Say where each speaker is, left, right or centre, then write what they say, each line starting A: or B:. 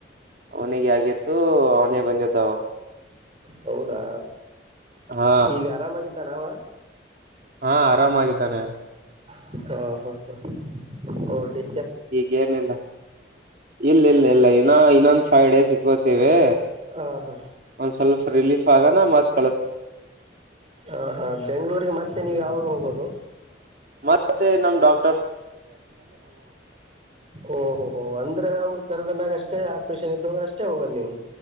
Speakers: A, on the right; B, on the right.
A: ಅವನಿಗೆ ಆಗಿತ್ತು ಅವನೇ ಬಂದಿದ್ದವು.
B: ಹೌದಾ.
A: ಹಾ
B: ಈಗ ಆರಾಮಗಿ ನಾವಾ
A: ಹಾ ಆರಾಮಾಗಿದ್ದಾನೆ
B: ಹ ಹಾ ಹಾ ಹೌಡಿ
A: ಈಗೇನಿಲ್ಲ ಇಲ್ಲ ಇಲ್ಲ ಇಲ್ಲ ಇನ ಇನ್ನೊಂದು ಫೈವ್ ಡೇಸ್ ಇಟ್ ಗೊತ್ತೇವಿ
B: ಹ ಹ
A: ಒಂದ್ ಸ್ವಲ್ಪ ರಿಲೀಫ್ ಆಗ ನಮತ್
B: ಹ ಹಾ ಬೆಂಗ್ಳೂರಿಗೆ ಮತ್ತೆ ನೀವು ಯಾವಾಗ ಹೋಗೊದು ಹ <unintelligible>
A: ಮತ್ತೆ ನಮ್ ಡಾಕ್ಟ್
B: ಓಹೋ ಹೋ ಅಂದ್ರೆ ಅವ್ರ್ ಕರ್ದ್ ಮ್ಯಾಗ ಅಷ್ ತ್ತೆ ಆಪರೇಷನ್ ಇದ್ದಾಗ ಅಷ್ಟೇ ಹೋಗೋದು ನೀವು